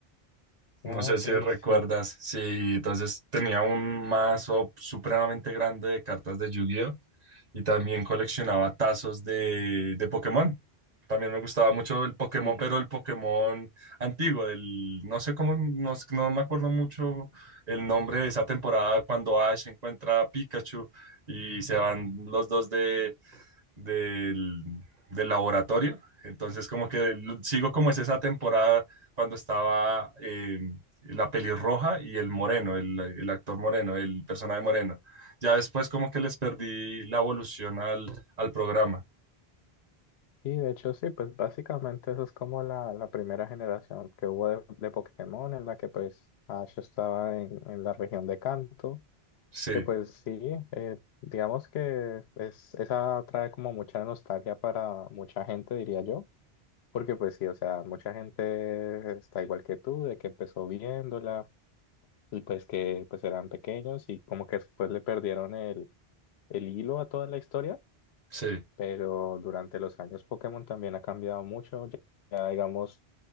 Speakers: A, on the right; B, on the left.
A: No
B: Ah,
A: sé
B: ok,
A: si recuerdas,
B: sí.
A: sí, entonces tenía un mazo supremamente grande de cartas de Yu-Gi-Oh! y también coleccionaba tazos de, de Pokémon. También me gustaba mucho el Pokémon,
B: Sí,
A: pero el Pokémon antiguo, el, no sé cómo, no, s- no me acuerdo mucho el nombre de esa temporada cuando Ash encuentra a Pikachu y se van los dos de del, del laboratorio. Entonces, como que l- sigo como es esa temporada cuando estaba eh, la pelirroja y el moreno, el, el actor moreno, el personaje moreno. Ya después como que les perdí la evolución al, al programa.
B: Y de hecho sí, pues básicamente eso es como la, la primera generación que hubo de, de Pokémon en la que pues Ash estaba en, en la región de Kanto,
A: Sí,
B: que pues sí, eh, digamos que es, esa trae como mucha nostalgia para mucha gente, diría yo, porque pues sí, o sea, mucha gente está igual que tú, de que empezó viéndola y pues que pues eran pequeños y como que después le perdieron el, el hilo a toda la historia
A: sí,
B: pero durante los años Pokémon también ha cambiado mucho. Ya, ya, digamos,